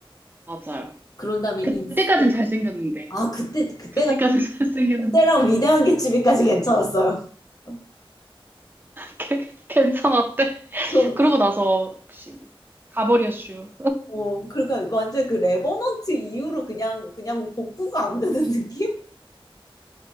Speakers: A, on the right; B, on the left.
A: 맞아요.
B: 그런 다음에
A: 그때까진
B: 인스
A: 잘생겼는데.
B: 아, 그때, 그때가,
A: 그때까진 <laughs> 잘생겼는데.
B: 그때랑 위대한 개츠비까지 괜찮았어요. <laughs>
A: 걔- 괜찮았대.
B: 그,
A: 그러고 나서, 혹시, 가버렸슈.
B: 어, 그러니까 완전 그 레버넌트 이후로 그냥, 그냥 복구가 안 되는 느낌?